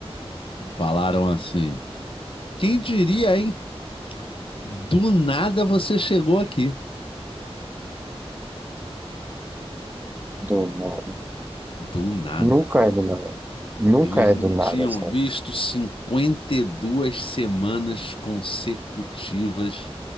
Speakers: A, on the left; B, on the right.
A: falaram assim: quem diria, hein? Do nada você chegou aqui.
B: Do nada.
A: Do nada.
B: Nunca é do nada. Nunca
A: Eles
B: é
A: não
B: do nada,
A: tinham
B: sabe?
A: visto 52 semanas consecutivas